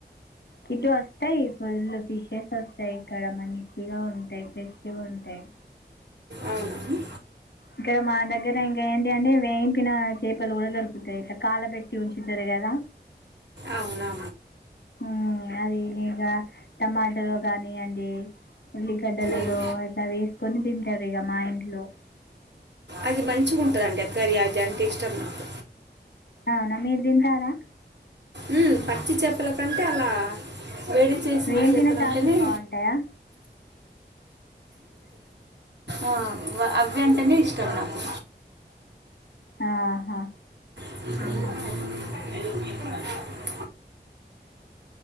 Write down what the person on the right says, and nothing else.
అవును
అవునా
ఉమ్.
అది మంచిగుంటదండి ఆ కర్రీ, అది అంటే ఇష్టం నాకు
ఊ పచ్చిచేపల కంటే అలా వేడి చేసిన
చేపలు అంటేనే
ఆ అవ్వంటేనే ఇష్టం నాకు.
<inaudible>